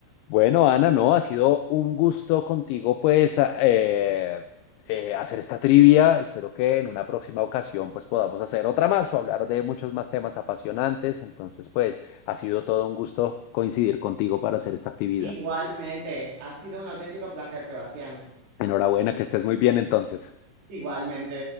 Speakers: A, on the left; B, on the right.
A: Bueno, Ana, no, ha sido un gusto contigo, pues, a- eh, eh, hacer esta trivia. Espero que en una próxima ocasión, pues, podamos hacer otra más o hablar de muchos más temas apasionantes. Entonces, pues, ha sido todo un gusto coincidir contigo para hacer esta actividad.
B: Igualmente, ha sido un auténtico placer, Sebastián.
A: Enhorabuena, que estés muy bien entonces.
B: Igualmente.